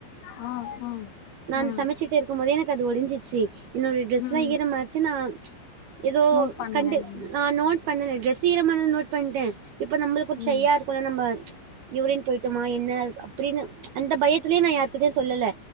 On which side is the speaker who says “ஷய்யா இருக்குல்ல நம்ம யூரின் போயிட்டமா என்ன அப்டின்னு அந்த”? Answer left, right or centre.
Right